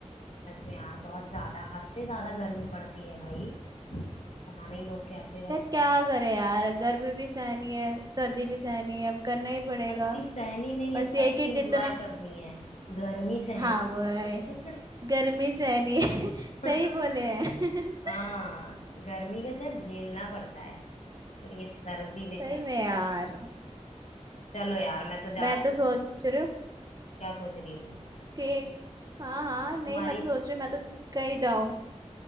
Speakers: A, on the left; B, on the right.
A: सच में यार बहुत ज्यादा हद से ज्यादा गर्मी पड़ती है भाई पता नहीं लोग कैसे रह
B: यार क्या करे यार गर्मी भी सहनी है सर्दी भी सहनी है अब करना ही पड़ेगा
A: सर्दी सहनी नहीं
B: बस
A: है सर्दी
B: ये है कि
A: एंजॉय
B: जितना
A: करनी है गर्मी सहनी
B: हाँ
A: होती
B: वो है
A: है
B: गर्मी सहनी है <laughs>
A: <laughs>
B: सही बोले हैं
A: हाँ
B: <laughs>
A: गर्मी का जो झेलना पड़ता है और ये सर्दी बेचारा
B: सही में यार
A: चलो यार मैं तो जा
B: मैं
A: रही
B: तो
A: हूँ
B: सोच रही हूँ
A: क्या सोच रही हो तुम
B: ठीक हाँ हाँ नहीं
A: तुम्हारी
B: मैं तो सोच रही हूँ मैं तो कहीं जाऊँ